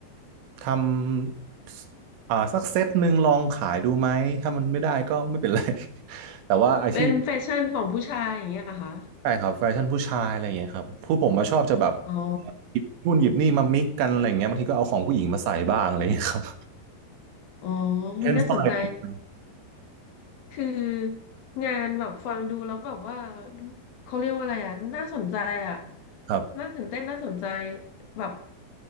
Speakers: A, on the right (about 80°); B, on the left (about 60°).
A: ทำสอ่าสักเซตหนึ่งลองขายดูไหมถ้ามันไม่ได้ก็ไม่เป็นไร <laughs> แต่ว่าไอ้ที่
B: เป็นแฟชั่นของผู้ชายอย่างเงี้ยเหรอคะ
A: ใช่ครับแฟชั่นผู้ชายอะไรอย่างเงี้ยครับผู้ผมมาชอบจะแบบ
B: อ๋อ
A: หยิบนู่นหยิบนี่มามิกกันอะไรอย่างเงี้ยบางทีก็เอาของผู้หญิงมาใส่บ้างอะไรอย่างเงี้ยครับ
B: อ๋อ
A: <laughs> เช่นสร้อยอะไรอย่างเงี้ย
B: วิน่าสนใจ คืองานแบบฟังดูแล้วแบบว่าเขาเรียกว่าอะไรอ่ะน่าสนใจอ่ะ
A: ครับ
B: น่าตื่นเต้นน่าสนใจแบบ